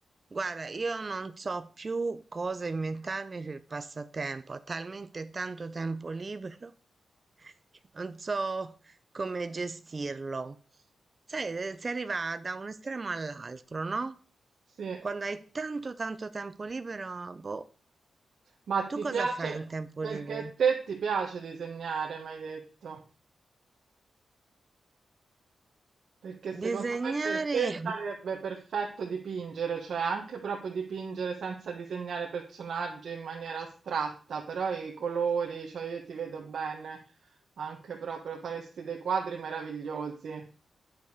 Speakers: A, on the right (about 35°); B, on the right (about 75°).
A: Guarda, io non so più cosa inventarmi per il passatempo, ho talmente tanto tempo libero <laughs> che non so come gestirlo. Sai, eh, si arriva da un estremo all'altro, no?
B: Sì,
A: Quando hai tanto tanto tempo libero, boh,
B: ma ti
A: tu
B: piace
A: cosa fai in tempo
B: perché
A: libero?
B: a te ti piace disegnare, mi hai detto. Perché secondo
A: Disegnare
B: me per te
A: <laughs>
B: sarebbe perfetto dipingere, cioè anche proprio dipingere senza disegnare personaggi in maniera astratta, però i colori, cioè io ti vedo bene, anche proprio faresti dei quadri meravigliosi.